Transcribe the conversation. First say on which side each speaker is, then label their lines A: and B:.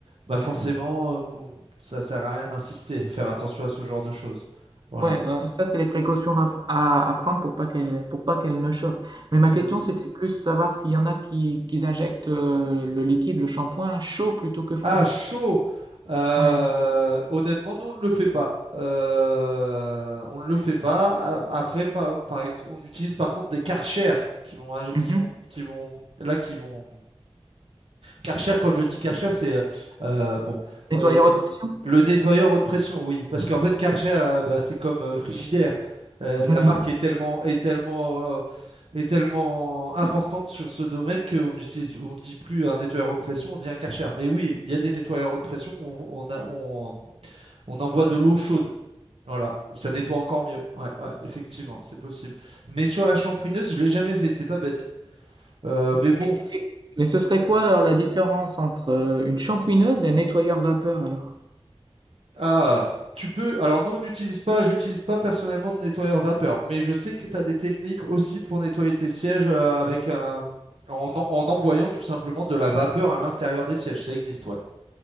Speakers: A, on the right; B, on the right.
A: bah forcément, euh, bon, ça sert à rien d'insister, faire attention à ce genre de choses. Voilà.
B: Ouais, alors ça, c'est les précautions à à à prendre pour pas qu'elles pour pas qu'elle ne chauffe Mais ma
A: Oui.
B: question, c'était plus savoir s'il y en a qui qui injectent, heu, le liquide, le shampoing chaud plutôt que froid.
A: Ah, chaud! Euh,
B: Ouais.
A: honnêtement, nous, on ne le fait pas. Euh, on ne le fait pas. A- Après, par, par ex- on utilise par contre des Karcher qui vont, ing-
B: Mmh
A: qui vont, qui vont, là, qui vont Karcher, quand je dis Karcher, c'est euh, euh, bon, oui,
B: Nettoyeur haute pression?
A: le nettoyeur haute pression, oui, parce qu'en fait Karcher, euh, bah, c'est comme euh, Frigidaire. Euh,
B: <laughs>
A: la marque est tellement, est tellement, euh, est tellement importante
B: Oui, oui.
A: sur ce domaine qu'on utilise, on dit plus un nettoyeur haute pression, on dit un Karcher. Mais oui, il y a des nettoyeurs haute pression où on, on a- on- on envoie de l'eau chaude. Voilà, où ça nettoie encore mieux. Ouais, ouais, effectivement, c'est possible. Mais sur la shampouineuse, je l'ai jamais fait, c'est pas bête. Euh, mais bon,
B: Et c'est mais ce serait quoi alors la différence entre, heu, une shampouineuse et un nettoyeur vapeur alors?
A: Ah, tu peux. Alors nous, on n'utilise pas, j'utilise pas personnellement de nettoyeur vapeur, mais je sais que tu as des techniques aussi pour nettoyer tes sièges euh, avec un... en, en en envoyant tout simplement de la vapeur à l'intérieur des sièges. Ça existe, ouais.